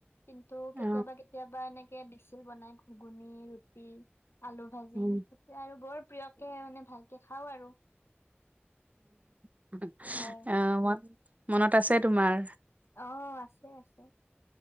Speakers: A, on the left (about 75°); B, on the right (about 35°).
A: কিন্তু
B: উম
A: কেতিয়াবা
B: অ
A: কেতিয়াবা এনেকে দিছিল বনাই- ঘুগুনি, ৰুটি, আলু ভাজি
B: উম
A: এতিয়া আৰু বৰ প্ৰিয়কে মানে ভালকে খাওঁ আৰু।
B: <unintelligible>
A: হয়।
B: অঁ' মন-মনত আছে তোমাৰ।
A: অঁ' আছে আছে।